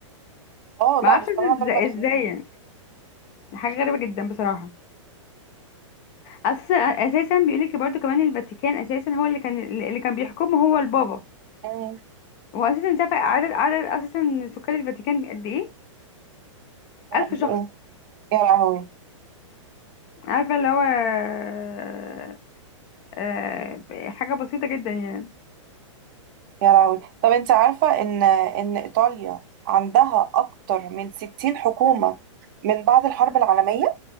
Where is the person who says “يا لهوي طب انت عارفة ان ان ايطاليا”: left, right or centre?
Right